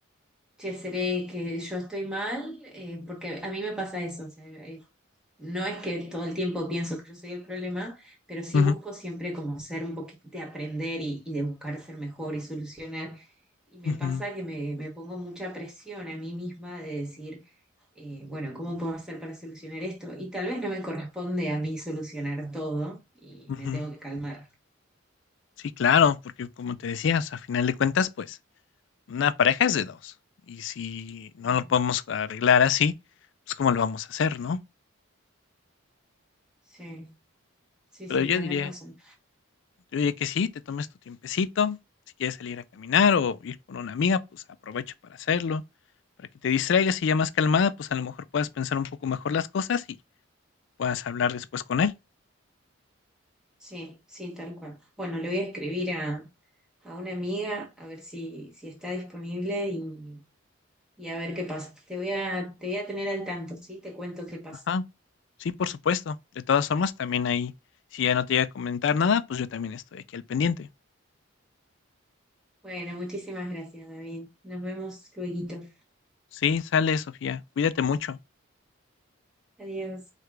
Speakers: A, in the centre; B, on the left (about 60°).
A: che, ¿seré que yo estoy mal? Eh, porque a mí me pasa eso, o sea, eh, No es que todo el tiempo pienso que yo soy el problema, pero sí
B: ujú,
A: busco siempre como ser un poquito de aprender y, y de buscar ser mejor y solucionar. Y me
B: ujú,
A: pasa que me, me pongo mucha presión a mí misma de decir, eh, bueno, ¿cómo puedo hacer para solucionar esto? Y tal vez no me corresponde a mí solucionar todo y
B: ujú.
A: me tengo que calmar.
B: Sí, claro, porque como te decía, o sea, a final de cuentas, pues, una pareja es de 2 y si no
A: Mm,
B: lo podemos arreglar así, pues, ¿cómo lo vamos a hacer, no?
A: sí, sí,
B: Pero
A: sí,
B: yo
A: tenés
B: diría
A: razón.
B: yo diría que sí, te tomes tu tiempecito, si quieres salir a caminar o ir con una amiga, pues, aprovecha para hacerlo, para que te distraigas y ya más calmada, pues, a lo mejor puedas pensar un poco mejor las cosas y puedas hablar después con él.
A: Sí, sí, tal cual. Bueno, le voy a escribir a, a una amiga a ver si, si está disponible y y a ver qué pasa. Te voy a, te voy a tener al tanto, ¿sí? Te cuento qué pasa.
B: Ajá. Sí, por supuesto. De todas formas, también ahí, si ya no te llega a comentar nada, pues yo también estoy aquí al pendiente.
A: Bueno, muchísimas gracias, David. Nos vemos luego.
B: Sí, sale, Sofía. Cuídate mucho.
A: Adiós.